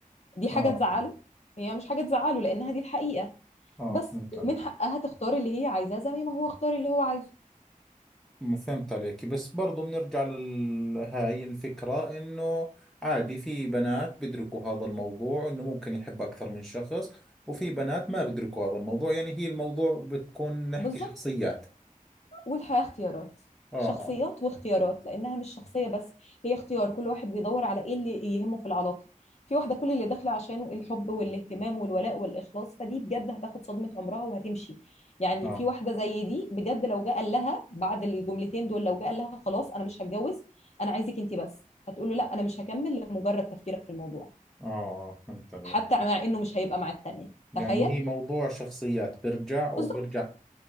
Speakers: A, on the left; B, in the centre.
A: دي حاجه
B: اه
A: تزعله
B: اه
A: هي مش حاجه تزعله لانها دي الحقيقه
B: آه،
A: بس
B: فهمت
A: ومن
B: عليك
A: حقها تختار اللي هي عايزاه زي ما هو اختار اللي هو عايزه
B: م- فهمت عليك بس برضه بنرجع لهاي الفكرة انه عادي في بنات بيدركوا هذا الموضوع انه ممكن يحب اكثر من شخص وفي بنات ما بيدركوا هذا الموضوع يعني هي الموضوع بتكون نحكي
A: بالظبط
B: شخصيات
A: والحياة اختيارات
B: اه
A: شخصيات
B: اه
A: واختيارات لأنها مش شخصية بس هي اختيار كل واحد بيدور على إيه اللي يهمه في العلاقة في واحدة كل اللي داخلة عشانه الحب والاهتمام والولاء والإخلاص فدي بجد هتاخد صدمة عمرها وهتمشي يعني
B: اه
A: في واحدة زي دي بجد لو جه قال لها بعد الجملتين دول لو جه قال لها خلاص أنا مش هتجوز أنا عايزك أنت بس هتقول له لا أنا مش هكمل لمجرد تفكيرك في الموضوع
B: اه آه، فهمت عليك
A: حتى مع إنه مش هيبقى مع التانية
B: يعني
A: تخيل
B: هي موضوع شخصيات برجع وبرجع
A: بالظبط.